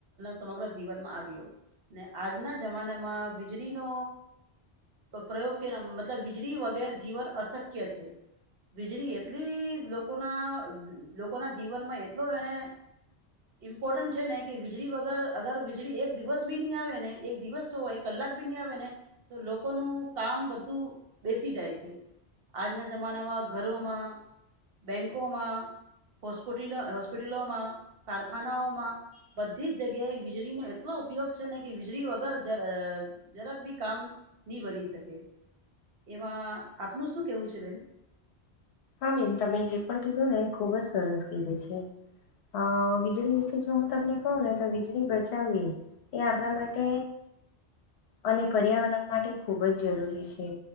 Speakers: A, on the right (about 65°); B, on the left (about 80°).
A: સમગ્ર જીવનમાં આવ્યો. ને આજના જમાનામાં વીજળીનો પ્રયોગ કે ના મતલબ વીજળી વગેર જીવન અશક્ય છે વીજળી એટલી લોકોના લોકોના જીવનમાં એટલો એને ઇમ્પોર્ટન્ટ છે ને કે વીજળી વગર અગર વીજળી એક દિવસ બી નહી આવે ને એક દિવસ તો કલાક બી ન આવે ને તો લોકોનું કામ બધું બેસી જાય છે આજના જમાનામાં ઘરોમાં બેંકોમાં હોસ્પિટલો, હોસ્પિટલોમાં, કારખાનાઓમાં. બધી જ જગ્યાએ વીજળીનો એટલો ઉપયોગ છે ને કે વીજળી વગર જરાક બી કામ નહીં બની શકે. એમાં આપનું શું કેવું છે, બેન?
B: હા મેમ, તમે જે પણ કીધું ને, એ ખુબ જ સરસ કીધું છે. અ વીજળી વિશે જો હું તમને કહું ને, તો વીજળી બચાવવી એ આપણા માટે અને પર્યાવરણ માટે ખૂબ જ જરૂરી છે.